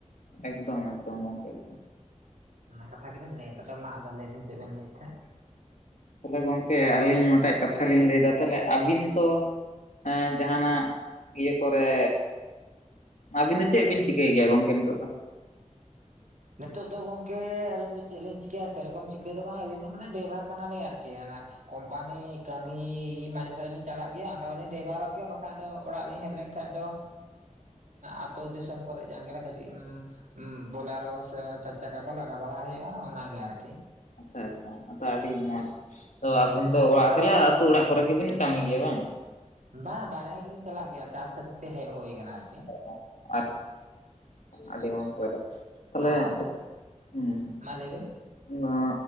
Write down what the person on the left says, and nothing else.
ᱮᱠᱫᱚᱢ ᱮᱠᱫᱚᱢ ᱜᱚᱢᱠᱮ ᱮᱠᱫᱚᱢ ᱾
ᱛᱟᱦᱚᱞᱮ ᱜᱚᱢᱠᱮ ᱟᱹᱞᱤᱧ ᱢᱤᱫᱴᱟᱝ ᱠᱟᱛᱷᱟ ᱞᱤᱧ ᱞᱟᱹᱭᱮᱫᱟ ᱛᱟᱦᱚᱞᱮ ᱟᱹᱵᱤᱱ ᱛᱚ ᱦᱮᱸ ᱡᱟᱦᱟᱱᱟᱜ ᱤᱭᱟᱹ ᱠᱚᱨᱮ ᱟᱵᱤᱱ ᱫᱚ ᱪᱮᱫ ᱵᱤᱱ ᱪᱤᱠᱟᱹᱭ ᱜᱮᱭᱟ ᱜᱚᱝᱠᱮ ᱱᱤᱛᱚᱜ ᱫᱚ?
ᱟᱪᱷᱟ ᱟᱪᱷᱟ ᱟᱫᱚ ᱟᱹᱰᱤ ᱢᱚᱸᱡᱽ᱾ ᱛᱚ ᱟᱵᱤᱱ ᱫᱚ ᱚᱲᱟᱜ ᱛᱟᱞᱟ ᱟᱛᱩ ᱚᱲᱟᱜ ᱠᱚᱨᱮ ᱜᱮᱵᱤᱱ ᱠᱟᱹᱢᱤ ᱜᱮᱭᱟ ᱵᱟᱝ?
<unintelligible> ᱟᱹᱰᱤ ᱢᱚᱸᱡᱽ ᱛᱟᱦᱚᱞᱮ ᱛᱟᱦᱚᱞᱮ᱾
ᱦᱮᱸ
ᱚᱱᱟ